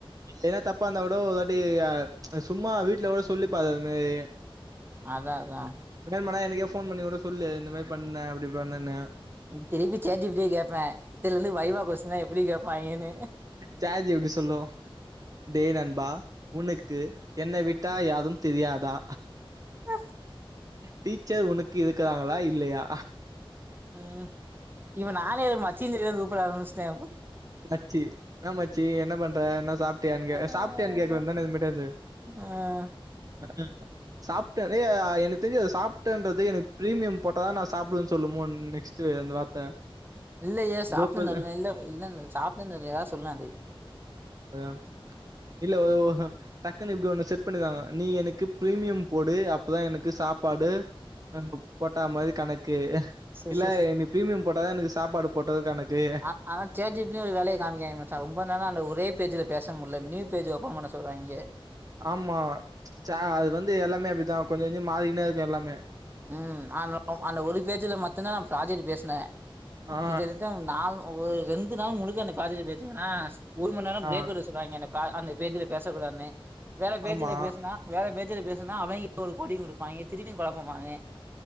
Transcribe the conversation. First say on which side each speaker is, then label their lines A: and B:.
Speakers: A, on the right; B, on the right.
A: எதனா தப்பா இருந்தா கூடோ ஒருவாட்டி ஆ சும்மா வீட்ல கூட சொல்லிபாரு அது மாறி
B: அத்தா அத்தா
A: இப்டியே மேணா எனக்கே ஃபோன் பண்ணி கூட சொல்லு இந்தமாறி பண்ணே அப்டி பண்ணேன்னு
B: திருப்பி சேட் ஜி பி ட்டயே கேப்பே இதிலருந்து வைவா கொஸ்டின்லா எப்டி கேபாயிங்ன்னு
A: சேட் ஜி பி டி சொல்லு டே நண்பா உனுக்கு என்ன விட்டா யாரும் தெரியாதா
B: அ
A: டீச்சர் உனக்கு இருக்கறாங்களா இல்லயா
B: ம் இவன் ஆளே மச்சின்னு தெரிய கூப்பிட ஆரமிச்சிட்டா
A: ச்சி என்னா மச்சி என்ன பண்ற என்ன சாப்டியான்னு கே
B: ஆஹ்
A: சாப்டியான்னு கேக்க வேன்தானே இன்மேட்லந்து
B: ஆஹ்
A: அ சாப்டே டே எனக்கு தெரிஞ் சாப்ட்டேன்றதே எனக்கு பிரிமியம் போட்டதா நா சாப்புடுவேன்னு சொல்லுமோ நெக்ஸ்ட் அந்த வார்த்த
B: இல்ல ஏ சாப்னுந்த
A: கோகுல்
B: இல்ல இல்ல இல்ல சாப்னிந்த ஏதாவது சொல்லா அது
A: ஆ இல்ல ஒரு டக்குன்னு இப்டி ஒண்ணு செட் பண்ணிதாங்க நீ எனக்கு பிரிமியம் போடு அப்பதா எனக்கு சாப்பாடு எனக்கு போட்டா மாரி கணக்கு
B: ச
A: இல்ல
B: ச ச
A: எனக்கு பிரீமியம் போட்ட தா எனக்கு சாப்பாடு போட்டது கணக்கு
B: ஆ ஆனா சேட் ஜி பி டி ஒரு வேலய காமிக்காங்க மச்சா ரொம்ப நெர அந்த ஒரே பேஜ்ஜில பேச முட்ல நியூ பேஜ் ஒப்பன் பண்ண சொல்றாய்ங்க
A: ஆமா ச அது வந்து எல்லாமே அப்டித்தா கொஞ்ச கொஞ்ச மாறினே இருக்கு எல்லாமே
B: ம் ஆன அந்த ஒரு பேஜ்ல மட்டுந்த பிராஜெட் பேசினே
A: ஆ
B: கிட்டதட்ட நா ஒரு ரெண்டு நாள் முழுக்க அந்த ப்ராஜெக்ட் பேசுவேனா ஒரு மண் நேர பிரேக்
A: ஆ
B: விட சொல்லுவாங்க அந்த பா பேஜ்ல பேசக்கூடாதுன்னு வேற பேஜ்ல
A: ஆமா
B: பேசுனா வேற பேஜ்ல பேசுனா அவங்க ஒரு கொடி குடுப்பாங்க திருப்பியு கொழப்பமாவே